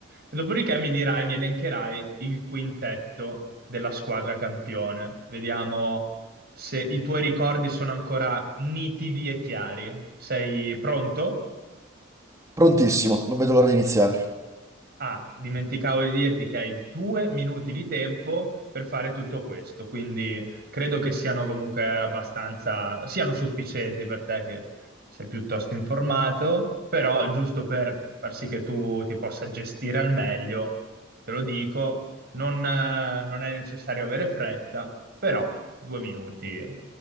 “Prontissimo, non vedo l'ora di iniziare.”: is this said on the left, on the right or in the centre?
Right